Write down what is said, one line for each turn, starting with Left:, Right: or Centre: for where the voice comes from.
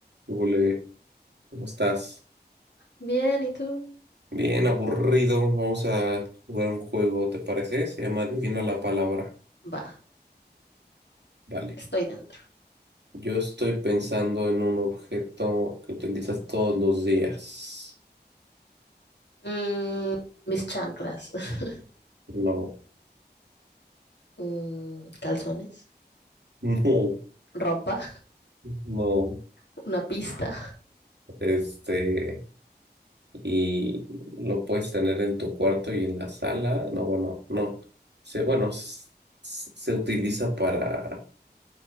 Right: Hola, ¿cómo estás?
Left: Bien, ¿y tú?
Right: Bien, aburrido. Vamos a jugar un juego, ¿te parece? Se llama Adivina la palabra.
Left: Va,
Right: Vale.
Left: estoy dentro.
Right: Yo estoy pensando en un objeto que utilizas todos los días.
Left: Mm, mis chanclas, <laughs>
Right: No,
Left: Mm, calzones,
Right: <laughs> no,
Left: ropa,
Right: no.
Left: <laughs> una pista,
Right: Este, y lo puedes tener en tu cuarto y en la sala. No, bueno, no. Se, bueno, s- s- se utiliza para,